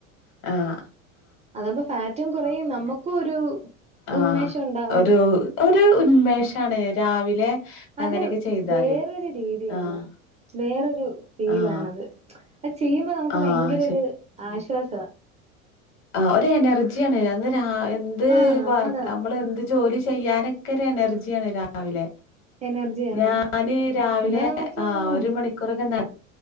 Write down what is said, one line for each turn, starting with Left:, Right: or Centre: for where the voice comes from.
Left: ആ
Right: അതപ്പോൊ ഫാറ്റും കുറയും നമ്മുക്കും ഒരു ഉന്മേഷം
Left: ആഹ്
Right: ഉണ്ടാവും
Left: ഒരു ഉന്മേഷാണ് രാവിലെ
Right: അത്
Left: അങ്ങനെയൊക്കെ ചെയ്താല്
Right: വേറൊരു രീതിയാണ്
Left: ആഹ്
Right: വേറൊരു ഫീലാണത്
Left: ആഹ്
Right: അത് ചെയ്യുമ്പോൾ നമുക്ക്
Left: ആഹ്
Right: ഭയങ്കര ഒരു ആ അസോസ
Left: ആ ഒരു എനർജിയ ആാണ് അ എന്ത്
Right: ആഹ് അതാ
Left: നമ്മൾ എന്ത് ജോലി ചെയ്യാനൊക്കെ ഇരെ എനർജിയാണ് രാവിലെ
Right: എനർജിയാണ്
Left: ഞാന് രാവിലെ
Right: പിന്നെ നമുക്ക്
Left: ആ
Right: ആഹ്
Left: ഒരു മണിക്കൂറൊക്കെ ന